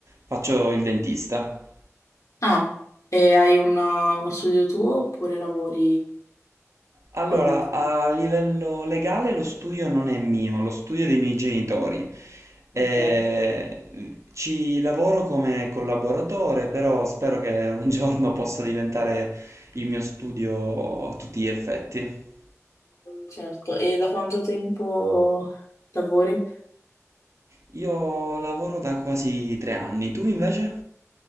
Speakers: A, on the right; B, on the left.
A: faccio il dentista.
B: Ah, e hai una- uno studio tuo oppure lavori
A: Allora,
B: con altri?
A: a livello legale lo studio non è mio, lo studio è dei miei genitori. Eh,
B: Ok,
A: ci lavoro come collaboratore, però spero che un giorno possa diventare il mio studio a tutti gli effetti.
B: certo. E da quanto tempo lavori?
A: Io lavoro da quasi tre anni, tu invece?